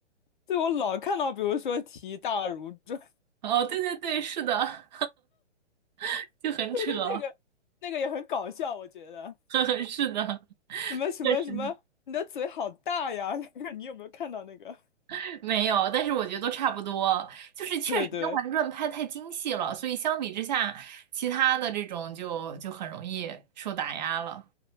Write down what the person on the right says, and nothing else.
哦，对对对，是的，<laughs> 就很扯，
<laughs>
呵呵，是的，
确实。
<laughs> 没有，但是我觉得都差不多，就是确实《甄嬛传》拍太精细了，
所以相比之下，其他的这种就就很容易受打压了。